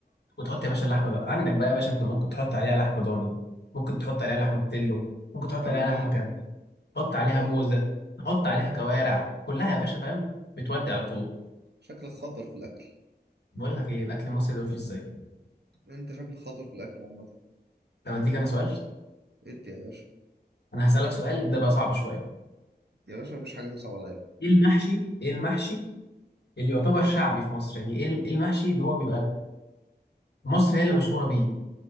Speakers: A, on the left (about 70°); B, on the right (about 70°).
A: وتحط يا باشا اللحمه بقى عندك بقى يا باشا انت ممكن تحط عليها لحمه ضاني ممكن تحط عليها لحمه بتلو ممكن تحط
B: حلوين
A: عليها لحمه كان تحط عليها
B: ماشي
A: موزه تحط عليها كوارع كلها يا باشا فاهم بتودي على طول
B: شكلك خطر في الاكل
A: بقول لك ايه الاكل المصري ده مفيش زيه
B: انت شكلك خطر في الاكل عامة
A: طب اديك انا سؤال
B: ادي يا باشا
A: انا هسألك سؤال ده بقى صعب شويه
B: يا باشا مفيش حاجة تصعب عليا
A: ايه المحشي ايه المحشي اللي يعتبر شعبي في مصر يعني ايه إيه المحشي اللي هو بيبقى مصر هي اللي مشهوره بيه